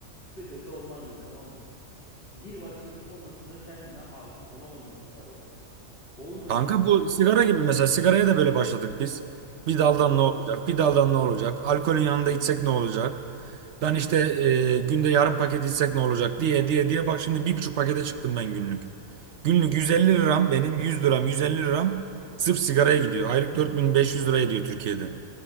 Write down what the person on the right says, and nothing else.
Kanka
bu sigara gibi mesela sigaraya da böyle başladık biz. Bir
daldan ne olacak? Bir daldan ne olacak? Alkolün yanında içsek ne olacak? Lan işte e, günde yarım paket içsek ne olacak diye diye diye bak şimdi bir buçuk pakete çıktım ben günlük. Günlük 150 liram benim 100 liram 150 liram sırf sigaraya gidiyor. Aylık 4500 lira ediyor Türkiye'de.